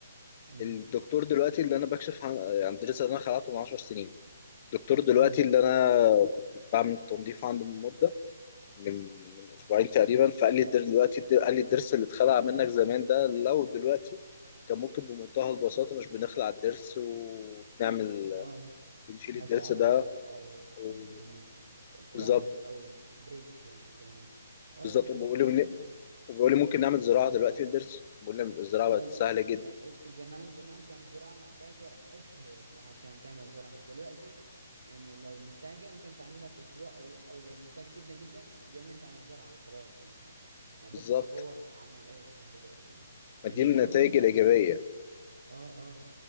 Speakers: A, on the right; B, on the left.
A: أمم،
B: الدكتور دلوقتي اللي انا بكشف عن عن ضرس انا خلعته من 10 سنين دكتور دلوقتي
A: أمم،
B: اللي انا كنت بعمل تنظيف عنده من مده من من اسبوعين تقريبا فقال لي الدر- دلوقتي الدر- قال لي الضرس اللي اتخلع منك زمان ده لو دلوقتي كان ممكن بمنتهى البساطه مش بنخلع الضرس وبنعمل
A: اه
B: بنشيل
A: حشو
B: الضرس
A: عصب
B: ده
A: أو أو
B: و-
A: نعمل كراون
B: بالظبط
A: أو بريدج يعني كمان اه
B: بالظبط وبيقول
A: ينفع
B: لي
A: ينفع
B: ون- وبيقول لي ممكن نعمل زراعه دلوقتي للضرس بقول لي الزراعه
A: اه
B: بقت سهله جدا
A: يعني زمان زمان كان الزراعة محتاجة أشهر عشان تعمل زراعة دلوقتي يعني لو مستعجل ممكن تعملها في أسبوع أو أو لو مستعجل جدا جدا بيومين تعمل زراعة وخلاص يعني يعني
B: بالظبط
A: بص التطور عمل إيه لحد دلوقتي
B: ما
A: يعني
B: دي النتائج
A: برضه مثلا
B: الايجابيه
A: اه اه